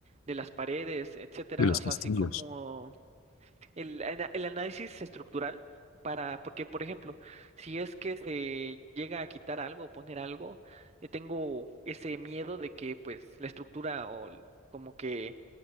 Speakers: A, on the right; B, on the left.
A: de las paredes, etcétera.
B: Y los
A: O sea,
B: castillos.
A: así como el, ana- el análisis estructural para, porque por ejemplo, si es que se llega a quitar algo o poner algo, eh, tengo ese miedo de que pues la estructura o el- como que